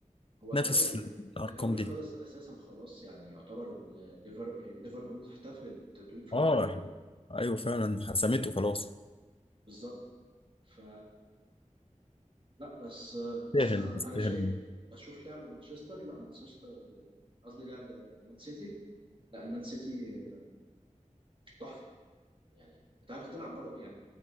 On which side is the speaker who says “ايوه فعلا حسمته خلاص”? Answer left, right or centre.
Left